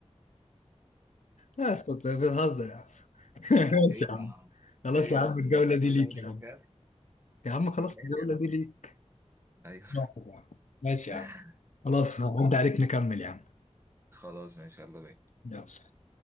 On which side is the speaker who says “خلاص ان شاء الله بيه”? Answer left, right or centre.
Right